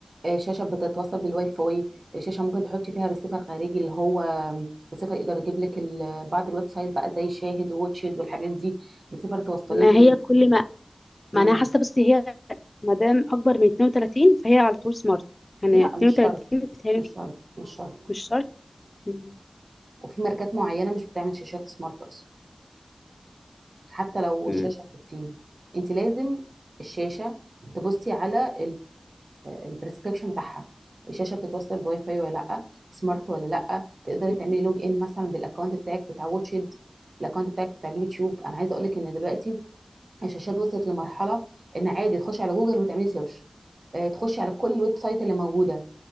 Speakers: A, on the right (about 80°); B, on the left (about 45°).
A: آه شاشه بتتوصل بالواي فاي آه، شاشه ممكن تحطي فيها ريسيفر خارجي اللي هو آم، ريسيفر يقدر يجيب لك ال- بعض الويب سايت بقى زي شاهد ووتشد والحاجات دي ريسيفر توصليه
B: ما
A: بال
B: هي كل ما
A: مم.
B: ما انا حاسه بس هي ما دام اكبر من 32 فهي على طول سمارت يعني
A: لا
B: 32
A: مش شرط
B: بتهيألي
A: مش
B: مش
A: شرط مش شرط
B: مش شرط امم
A: وفي ماركات معينه مش بتعمل شاشات سمارت اصلا حتى لو
B: مم.
A: الشاشة 60 انت لازم الشاشة تبصي على البريسكريبشن بتاعها الشاشة بتتوصل بواي فاي ولا لا سمارت ولا لا تقدري
B: مم.
A: تعملي لوج ان مثلا بالاكونت بتاعك بتاع واتشد الاكونت بتاعك بتاع اليوتيوب انا عايزة اقولك ان دلوقتي الشاشات وصلت لمرحلة ان عادي تخشي على جوجل وتعملي سيرش آه، تخشي على كل الويب سايت اللي موجودة